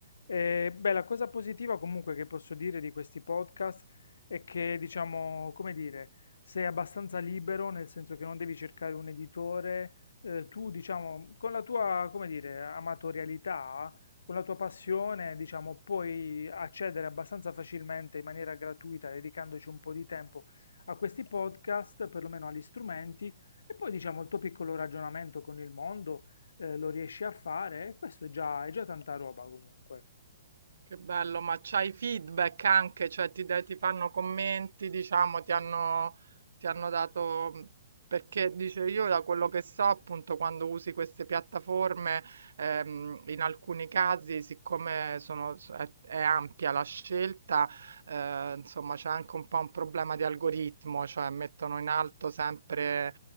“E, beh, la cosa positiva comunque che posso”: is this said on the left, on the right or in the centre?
Left